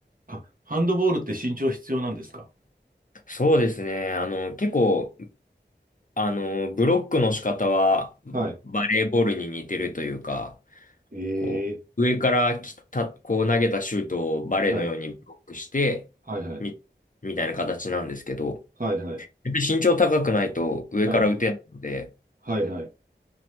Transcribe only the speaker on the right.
あ、ハンドボールって身長必要なんですか
はい。ええ
はい。はいはい。
はいはい。
はい。はいはい。